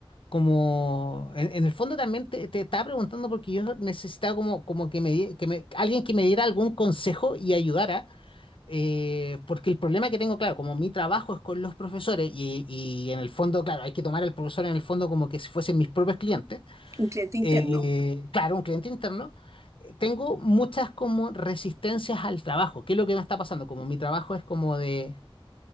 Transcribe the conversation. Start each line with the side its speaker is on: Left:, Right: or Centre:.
Left: como en, en el fondo también te, te estaba preguntando porque yo necesitaba como, como que me, di- que me- alguien que me diera algún consejo y ayudara, eh, porque el problema que tengo, claro, como mi trabajo es con los profesores y, y en el fondo, claro, hay que tomar al profesor en el fondo como que si fuesen mis propios clientes,
Right: un cliente interno.
Left: eh, claro, un cliente interno. eh, Tengo muchas como resistencias al trabajo, qué es lo que me está pasando, como mi trabajo es como de,